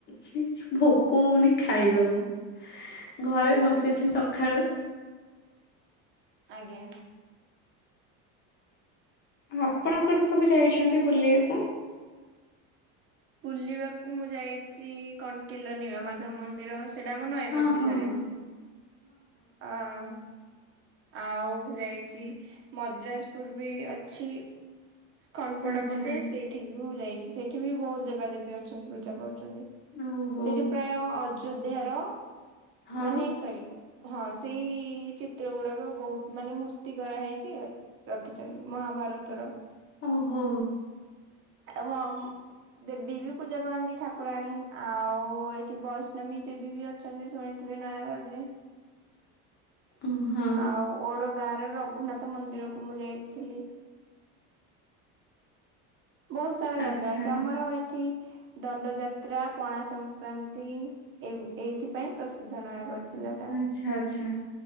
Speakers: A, on the left; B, on the right.
A: କିଛି ଭୋକ ହୋଉନି ଖାଇବାକୁ। ଘରେ ବସିଛି ସକାଳୁ
B: ଆଜ୍ଞା।
A: ଆପଣ କୁଆଡେ ସବୁ ଯାଇଛନ୍ତି ବୁଲିବାକୁ?
B: ବୁଲିବାକୁ ମୁଁ ଯାଇଛି କଣ୍ଟିଲୋ ନିଳମାଧବ ମନ୍ଦିର। ସେଇଟା ଆମ ନୟାଗଡ଼
A: ହଁ
B: ଜିଲ୍ଲାରେ
A: ହଁ
B: ଅଛି। ହଁ। ଆଉ ଯାଇଛି ମଦ୍ରାସପୁର ବି ଅଛି। ଖନପଡା
A: ଆଚ୍ଛା
B: ପଟେ ସେଇଠ ଠିକ ବି ହ ଯାଇଛି ସେଠି ବି ବହୁତ ଦେବାଦେବୀ ଅଛନ୍ତି ପୂଜା ପାଉଛନ୍ତି।
A: ଓହୋ
B: ସେଠି ପ୍ରାୟ ଅଯୋଧ୍ୟାର
A: ହଁ।
B: ମାନେ ସରି ହଁ ସେଇ ଚିତ୍ର ଚିତ୍ର ଗୁଡାକ ବହୁତ ମାନେ ମୂର୍ତ୍ତି କରା ହେଇକି ରଖିଛନ୍ତି ମହାଭାରତର।
A: ଓହୋ।
B: ଏବଂ ଦେବୀ ବି ପୂଜା ପାଆନ୍ତି ଠାକୁରାଣୀ। ଆଉ ଏଇଠି ବୈଷ୍ଣବୀ ଦେବୀ ବି ଅ ଅଛନ୍ତି ଶୁଣିଥିବେ ନୟାଗଡ ରେ।
A: ଓହୋ।
B: ଆଉ ଓଡ ଗାଁ ର ରଘୁନାଥ ମନ୍ଦିରକୁ ମୁଁ ଯାଇଥିଲି। ବହୁତ ସାରା ଜାଗା
A: ଆଚ୍ଛା,
B: ଅଛି ଆମର ଏଠି। ଦଣ୍ଡ ଯାତ୍ରା ପଣା ସଂକ୍ରାନ୍ତି ଏବ୍ ଏଇଥିପାଇଁ ପ୍ରସିଦ୍ଧ ନୟାଗଡ଼। ଜିଲାଟା।
A: ଆଛା ଆଚ୍ଛା।